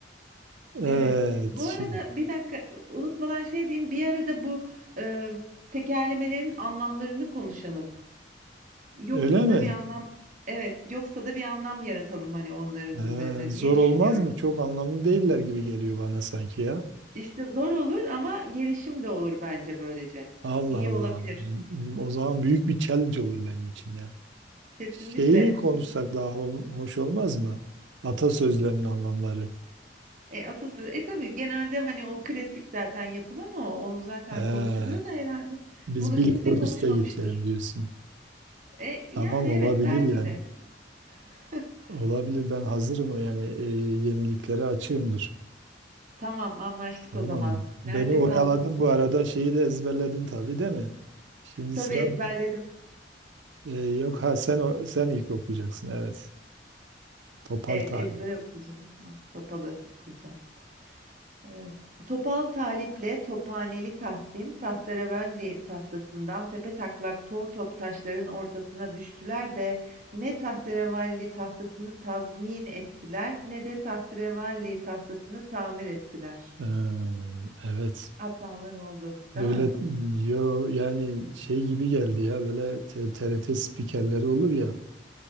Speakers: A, on the right; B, on the right.
A: Evet,
B: Evet. Bu
A: şimdi
B: arada bir dakika unutmadan şey diyeyim. Bir arada bu e, tekerlemelerin anlamlarını konuşalım. Yoksa
A: öyle mi?
B: da bir anlam evet, yoksa da bir anlam yaratalım hani onların
A: Ee,
B: üzerine
A: zor
B: diye düşünüyorum.
A: olmaz mı? Çok anlamlı değiller gibi geliyor bana sanki ya.
B: İşte zor olur ama gelişim de olur bence böylece.
A: Allah
B: İyi
A: Allah.
B: olabilir.
A: O zaman büyük bir challenge olur benim için ya.
B: Kesinlikle.
A: Şeyi konuşsak daha hol- hoş olmaz mı? Atasözlerinin anlamları.
B: E atasözü. E tabii genelde hani o klasik zaten yapılan o. Onun zaten
A: Ee,
B: konuşuluyor da herhalde.
A: biz
B: Bunu
A: bir
B: kimse
A: level
B: konuşmamıştır.
A: üste geçelim diyorsun.
B: E yani
A: Tamam olabilir
B: evet belki
A: yani.
B: de. <laughs>
A: Olabilir ben hazırım yani e, yeniliklere açığımdır.
B: Tamam anlaştık
A: Tamam.
B: o zaman.
A: Beni
B: Nerede
A: oyaladın
B: kaldığımızı
A: bu arada şeyi de ezberledin tabii değil mi? Şimdi
B: tabii
A: sıra
B: ezberledim.
A: E, yok ha sen o- sen ilk okuyacaksın evet. Topal
B: Evet
A: Talip.
B: ezbere okuyacağım o zaman. Topalı okuyacağım. Ee, Topal Talip'le Tophaneli Tahsin, tahterevalli tahtasından tepetaklak tortop taşların ortasına düştüler de ne tahterevalli tahtasını tazmin ettiler ne de tahterevalli tahtasını tamir ettiler.
A: Ee, evet.
B: Hatalar oldu,
A: Böyle
B: değil mi?
A: yo yani şey gibi geldi ya böyle T- TRT spikerleri olur ya